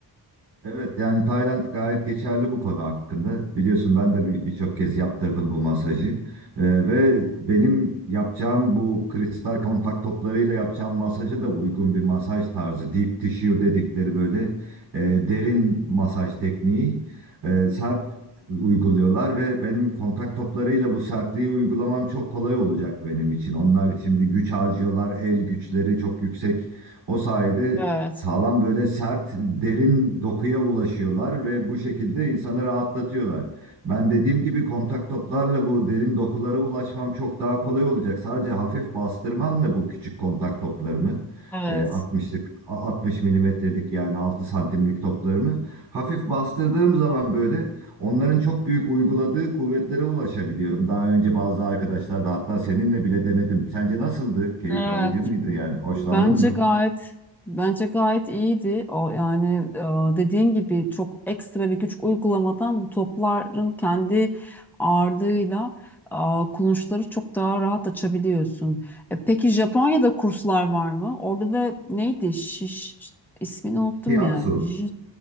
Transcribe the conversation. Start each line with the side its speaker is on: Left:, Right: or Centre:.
Right: Evet yani Tayland gayet geçerli bu konu hakkında. Biliyorsun ben de bir- birçok kez yaptırdım bu masajı. Ee, ve benim yapacağım bu kristal kontak toplarıyla yapacağım masaja da uygun bir masaj tarzı. Deep tissue dedikleri böyle e, derin masaj tekniği e, sert uyguluyorlar ve benim kontak toplarıyla bu sertliği uygulamam çok kolay olacak benim için. Onlar şimdi güç harcıyorlar, el güçleri çok yüksek. O sayede
Centre: Evet.
Right: Sağlam böyle sert, derin dokuya ulaşıyorlar ve bu şekilde insanı rahatlatıyorlar. Ben dediğim gibi kontak toplarla bu derin dokulara ulaşmam çok daha kolay olacak. Sadece hafif bastırmamla bu küçük kontak toplarımı,
Centre: Evet.
Right: e, 60'lık, a- 60 milimetrelik yani 6 santimlik toplarımı hafif bastırdığım zaman böyle onların çok büyük uyguladığı kuvvetlere ulaşabiliyorum. Daha önce bazı arkadaşlar da hatta seninle bile denedim. Sence nasıldı? Keyif
Centre: Evet.
Right: alıcı mıydı yani? Hoşlandın
Centre: Bence
Right: mı?
Centre: gayet bence gayet iyiydi. O yani e, dediğin gibi çok ekstra bir güç uygulamadan bu topların kendi ağırlığıyla e, kulunçları çok daha rahat açabiliyorsun. E, peki Japonya'da kurslar var mı? Orada da neydi? Şiş, ismini unuttum
Right: Shiatsu.
Centre: ya. Jit,